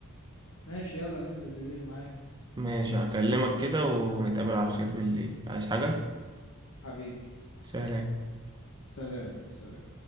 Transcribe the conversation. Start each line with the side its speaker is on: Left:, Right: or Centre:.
Left: ماشي يلا ننزل بالليل معاك
Right: ماشي هكلمك كده ونتقابل على خير بالليل عايز حاجة
Left: حبيبي
Right: سلام
Left: سلام سلام